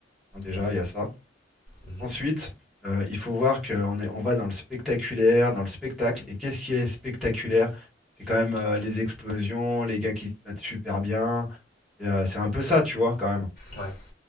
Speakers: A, in the centre; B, on the left.
A: hein, déjà,
B: Ouais.
A: il y a ça.
B: Mhm.
A: Ensuite, euh, il faut voir qu'on est, on va dans le spectaculaire, dans le spectacle, et qu'est-ce qui est spectaculaire? C'est quand même euh, les explosions, les gars qui se battent super bien, c'est euh, c'est un peu ça, tu vois, quand même.
B: Ouais.